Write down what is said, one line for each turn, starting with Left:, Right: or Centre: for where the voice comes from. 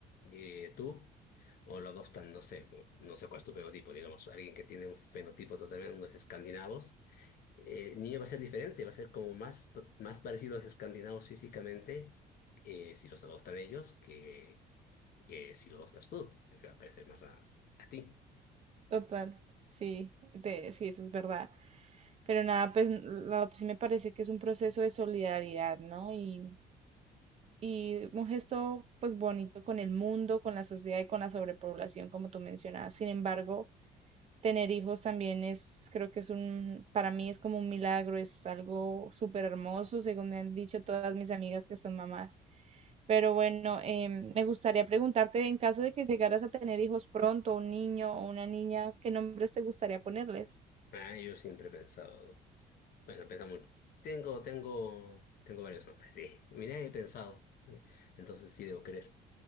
Left: eh, tú, o lo adoptan, no sé, no sé cuál es tu fenotipo, digamos, alguien que tiene un fenotipo totalmente, unos escandinavos, eh, el niño va a ser diferente, va a ser como más, más parecido a los escandinavos físicamente, eh, si los adoptan ellos, que, que si lo adoptas tú, que se va a parecer más a, a ti.
Right: Total, sí, de- sí, eso es verdad. Pero nada, pues la- sí me parece que es un proceso de solidaridad, ¿no? Y, y un gesto pues bonito con el mundo, con la sociedad y con la sobrepoblación, como tú mencionabas. Sin embargo, Tener hijos también es, creo que es un, para mí es como un milagro, es algo súper hermoso, según me han dicho todas mis amigas que son mamás. Pero bueno, em, me gustaría preguntarte, en caso de que llegaras a tener hijos pronto, un niño o una niña, ¿qué nombres te gustaría ponerles?
Left: Ah, yo siempre he pensado, bueno, he pensado mucho. Tengo, tengo, tengo varios nombres, sí. Mira, he pensado. ¿eh? Entonces sí debo querer.